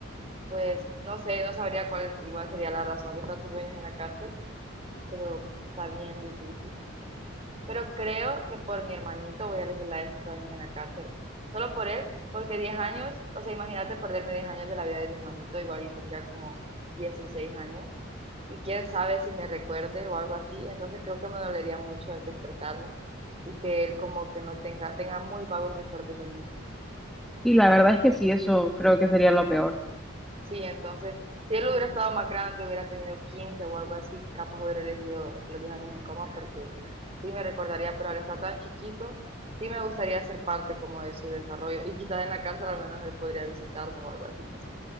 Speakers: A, on the right; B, in the centre.
A: pues, no sé, no sabría cuál igual sería la razón de estar 5 años en la cárcel, pero está bien difícil. pero creo que por mi hermanito voy a elegir la de cinco años en la cárcel. Solo por él, porque 10 años, o sea, imagínate perderme 10 años de la vida de mi hermanito, igual y tendría como 16 años. Y quién sabe si me recuerde o algo así, entonces creo que me dolería mucho despertarme y que él como que no tenga, tenga muy vagos recuerdos de mí.
B: Y la verdad es que sí, eso creo que sería lo peor.
A: Sí, entonces, si él hubiera estado más grande, hubiera tenido 15 o algo así, capaz hubiera elegido los 10 años en coma porque sí me recordaría, pero al estar tan chiquito, sí me gustaría ser parte como de su desarrollo y quizás en la cárcel al menos él podría visitarme o algo así, no sé.